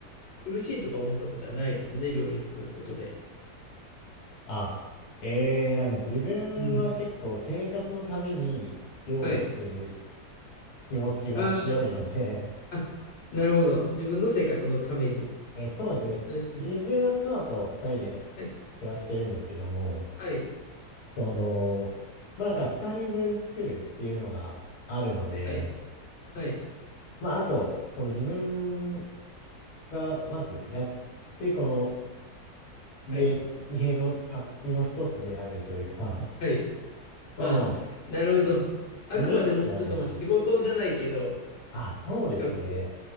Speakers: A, on the left (about 45°); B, on the left (about 70°).
A: 苦しいとか思ったことはないですね、料理作ることで。
B: あ、ええーなんか自分は結構生活のために料理してる
A: うん。はい。
B: 気持ちが強いので、
A: ああ、なるほど。自分の生活のために。
B: <laughs> えーそうですね。
A: うんうん。
B: 自分は妻と二人で
A: はい。
B: 暮らしてるんですけども、
A: はい。
B: その、まあだから二人分作るっていうのがあるので、
A: はい。はい。
B: まああと、この自分がまずやって、この家、
A: はい。
B: 家のタスクの一つであるというか、<laughs>
A: はい。
B: まあまあ、
A: あ、なるほど。あくまでもちょっとまあ仕事じゃないけど、
B: 自分一人じゃないという。あ、そうですね。
A: 一つ